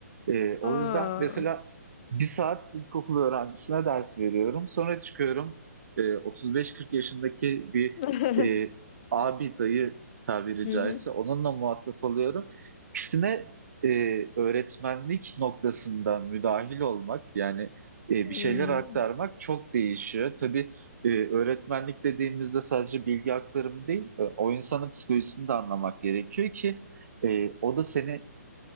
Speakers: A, on the right; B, on the left.
A: E, o
B: Aa.
A: yüzden mesela bir saat ilkokul öğrencisine ders veriyorum. Sonra çıkıyorum e, 35-40 yaşındaki bir
B: <laughs>
A: e, abi dayı tabiri
B: Hı
A: caizse
B: hı.
A: onunla muhatap oluyorum. İkisine e, öğretmenlik noktasında müdahil olmak yani e, bir
B: Hmm.
A: şeyler aktarmak çok değişiyor. Tabii e, öğretmenlik dediğimizde sadece bilgi aktarımı değil, e, o insanın psikolojisini de anlamak gerekiyor ki e, o da senin